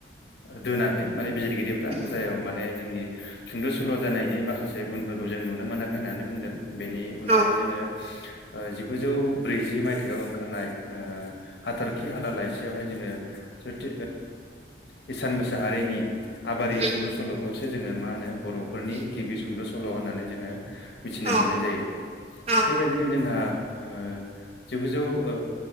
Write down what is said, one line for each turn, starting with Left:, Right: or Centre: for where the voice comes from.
Left: दोनाखै माने बिजिरगिरिफ्रा
Right: उम
Left: जाययाव माने जोंनि सुंद' सल' जानायनि माखासे गुनफोर खौ जों नुनो मोनाखै होननानै बुंदों बेनि उनावहाय
Right: औ
Left: जोङो जिगुजौ ब्रैजि मायथाइयाव ओंखारनाय ओ हाथरखि हाला लाइसियावहाय जोङो जुत इसान मोसाहारिनि आबारि
Right: उम
Left: सुंद' सल'खौसो जोङो मा होनो बर'फोरनि गिबि सुंद' सल' होननानै जोङो मिथिनो
Right: औ
Left: मोननाय जायो
Right: औ
Left: बेबायदिनो जोंहा ओ जिगुजौ ओ